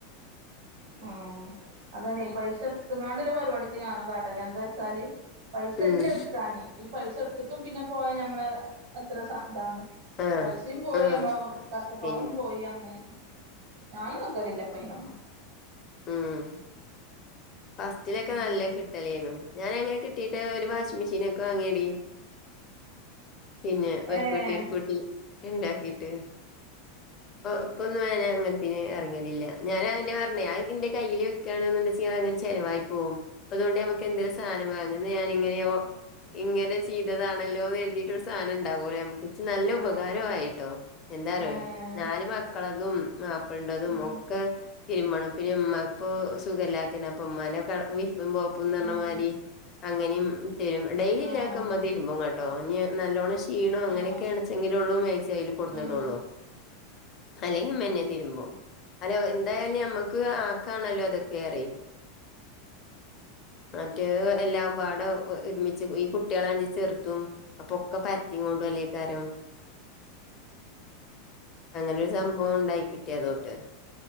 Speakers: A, on the right (about 65°); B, on the left (about 40°).
A: ആഹ് അതന്നെ ഈ പൈസ ഇട്ട്ങ്ങാണ്ട് ല്ലെ പരിപാടിക്ക് ഞാനും കാട്ടല്ല എന്താച്ചാല് പൈസ
B: ഉം
A: ഇല്ല ഇട്ക്കാന് ഈ പൈസ ഇട്ത്തിട്ടും പിന്നെ പോയാ ഞമ്മള് എത്ര സ ഇതാണ്
B: ആഹ്
A: പൈസിം പോയി
B: ആഹ്
A: നമ്മളെ കഷ്ടപ്പാടും
B: പിൻ
A: പോയി അന്ന് ഞാനും നിക്കലില്ല ഇപ്പ അയ്നൊന്നും
B: ആഹ് ഫസ്റ്റിലൊക്കെ
A: ഉം
B: നല്ല കിട്ടലേന്നു ഞാനങ്ങനെ കിട്ടീട്ട് ഒരു വാഷിംഗ് മെഷീനൊക്കെ വാങ്ങിയടി പിന്നെ ഒർകൂട്ടി
A: ഏഹ്
B: ഒർകൂട്ടി ഇണ്ടാക്കീട്ട് ഇപ്പൊന്നും ങ്ങനെ അങ്ങൻത്തീല് എർങ്ങേലില്ല. ഞാനാ അയന്നെ പർന്നെ അയൊക്കെ ഇന്റെ കയ്യില് വെക്കാണ് ണ്ടെച്ചെങ്കിൽ അയങ്ങനെ ചെലവായി പോകും അപ്പ അതോണ്ട് നമുക്ക് എന്തെലും സാനം വാങ്ങണം ഞാന് ഇങ്ങനെയോ ഇങ്ങനെ ചെയ്തതാണല്ലോന്ന് കർതീട്ടൊരു സാനം ഇണ്ടാകല്ലൊ നമ്മക്ക് ഇച്ച് നല്ല
A: ആഹ്
B: ഉപകാര
A: ആഹ്
B: ആയിട്ടോ എന്താറിയോ
A: ഏഹ്
B: നാല് മക്കളതും മാപ്പള്ന്റതും
A: ഉം
B: ഒക്കെ തിർമ്പണം പിന്നെ ഇമ്മാക്ക് ഇപ്പോ സുഖല്ലാത്തെണ് അപ്പൊ ഉമ്മാനെക്കെ മി വിർപ്പും, പോത്പ്പുംന്ന് പർഞ്ഞമാരി
A: ആഹ്
B: അങ്ങനേം തരും ഡേയ്ലിലൊക്കെ
A: ആഹ്
B: ഉമ്മ തിർമ്പുങ്ങൾ ട്ടോ ഞ്ഞി നല്ലോണം ഷീണോം അങ്ങനൊക്കെയാൺചെങ്കിലുള്ളു
A: ആഹ്
B: മാക്സി അയ്ല് കൊട്ന്നിടൊള്ളു.
A: ആഹ്
B: അല്ലെങ്കിമ്മന്നെ തിരുമ്പും അല്ല എന്തായലും ഞമ്മക്ക് ആക്കാണല്ലോ ഇതൊക്കെറിയെ മറ്റേത് എല്ലാംപാടും ഒ ഒർമിച്ച് ഈ കുട്ട്യളാണെങ്കി ചെർതും അപ്പൊ ഒക്കെ പർത്തി കൊണ്ടല്ലേക്കാരം അങ്ങനൊരു സംഭവണ്ടായികിട്ടി അതോട്ടെ